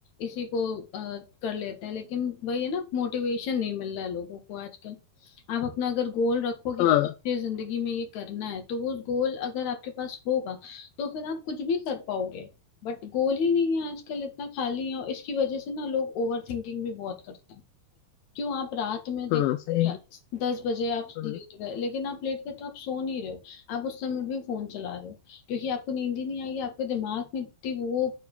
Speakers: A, on the left; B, on the left.
A: इसी को अ, कर लेते हैं लेकिन वही है ना मोटिवेशन नहीं मिल रहा है लोगों को आजकल आप अपना अगर गोल रखोगे
B: हाँ
A: कि मुझे जिंदगी में ये करना है तो वो गोल अगर आपके पास होगा तो फिर आप कुछ भी कर पाओगे बट गोल ही नहीं है आजकल इतना खाली है और इसकी वजह से ना लोग ओवर थिंकिंग भी बहुत करते हैं क्यों आप रात में देख
B: हाँ सही
A: क्या- दस बजे आप
B: हाँ
A: लेट गए लेकिन आप लेट गए तो आप सो नहीं रहे हो आप उस समय भी फोन चला रहे हो क्योंकि आपको नींद ही नहीं आई है, आपके दिमाग में इतनी वो